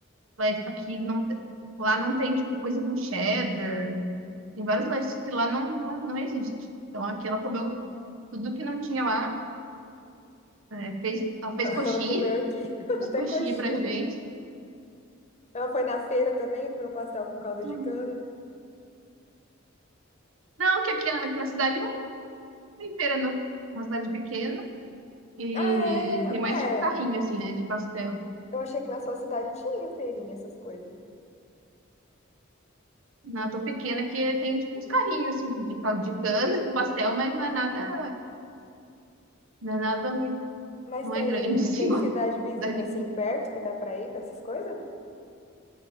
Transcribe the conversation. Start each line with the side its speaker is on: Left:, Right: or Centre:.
Right: Mas aqui não, te- lá não tem, tipo, coisa com cheddar. Tem vários lanches que lá não, não, não existe. Então aqui ela comeu tudo que não tinha lá. É, fez, ela fez
Left: <laughs>
Right: coxinha,
Left: Ela comeu aqui,
Right: <laughs>
Left: <laughs>
Right: fez
Left: até
Right: coxinha
Left: coxinha.
Right: pra gente.
Left: Ela foi na feira também, comeu um pastel com caldo
Right: Tudo.
Left: de cana.
Right: Não, que aqui, na- aqui na cidade não tem feira, não. É Uma cidade pequena e
Left: Ah, é?
Right: tem mais,
Left: Ah,
Right: tipo, carrinho,
Left: é.
Right: assim, né, de pastel.
Left: Eu achei que na sua cidade tinha feirinha, essas coisas.
Right: Na tão pequena que tem, tipo, uns carrinhos, assim, de, de cana, <laughs> de pastel, mas não é nada, não é nada muito,
Left: Mas
Right: não
Left: tem,
Right: é grande, assim,
Left: tem
Right: <laughs> igual
Left: cidade
Right: a
Left: vizinha
Right: cidade
Left: assim
Right: grande.
Left: perto que dá pra ir pra essas coisas?